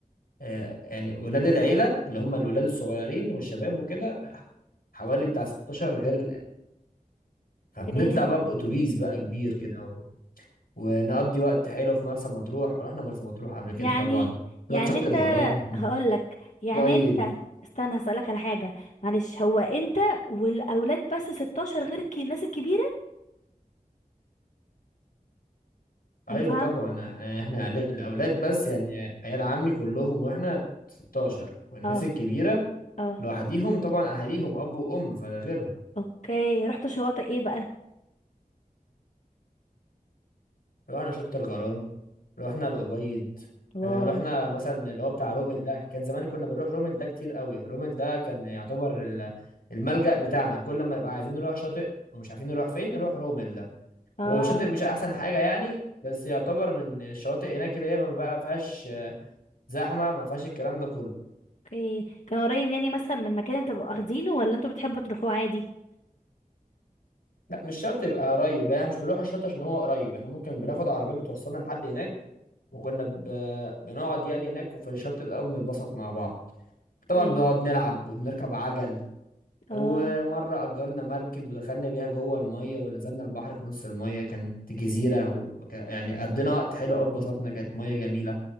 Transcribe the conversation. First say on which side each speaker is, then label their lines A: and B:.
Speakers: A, on the left (about 85°); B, on the left (about 55°).
A: آه، يعني ولاد العيله اللي هم الولاد الصغيرين والشباب وكده حوالي بتاع 16 غير الآن فبنطلع
B: ايه
A: بقى بأتوبيس بقى كبير كده و... ونقضي وقت حلو في مرسى مطروح ورحنا مرسى مطروح قبل كده
B: يعني
A: طبعا
B: يعني
A: رحت شط
B: انت
A: الغرام
B: هقولك يعني
A: بيض
B: انت استنى هسألك على حاجة معلش هو انت والاولاد بس 16 غير الك- الناس الكبيرة
A: ايوه
B: انا فاهم
A: طبعا احنا احنا عل- الاولاد بس يعني عيال عمي كلهم واحنا 16 والناس
B: اه
A: الكبيره
B: اه
A: لوحديهم طبعا اهاليهم اب وام فده غيرهم
B: اوكي رحت شواطئ ايه بقى
A: رحنا شط الغرام رحنا الابيض
B: واو
A: آه، رحنا مثلا اللي هو بتاع رومل ده كان زمان كنا بنروح رومل ده كتير قوي رومل ده كان يعتبر ال- الملجأ بتاعنا كل ما نبقى عايزين نروح شاطئ ومش عارفين نروح فين نروح رومل ده
B: اه
A: هو الشاطئ مش احسن حاجه يعني بس يعتبر من الشواطئ هناك اللي هي ما بقى- ما فيهاش آه، زحمه ما فيهاش الكلام ده كله
B: اوكي كان قريب يعني مثلا من مكان انتوا بتبقوا واخدينه ولا انتوا بتحبوا تروحوه عادي
A: لا مش شرط يبقى قريب يعني احنا مش بنروح الشط عشان هو قريب احنا ممكن بناخد عربيه بتوصلنا لحد هناك وكنا ب... بنقعد يعني هناك وفي الشط الاول بنتبسط مع بعض طبعا
B: اوكي
A: بنقعد نلعب وبنركب عجل
B: اه
A: ومره اجرنا مركب ودخلنا بيها جوه الميه ونزلنا البحر في نص الميه كانت جزيره و... وك- يعني قضينا وقت حلو قوي اتبسطنا كانت ميه جميله